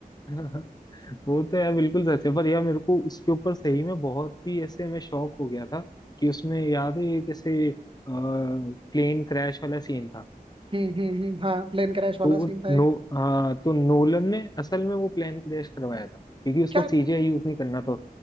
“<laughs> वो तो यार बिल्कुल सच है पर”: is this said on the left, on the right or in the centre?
Left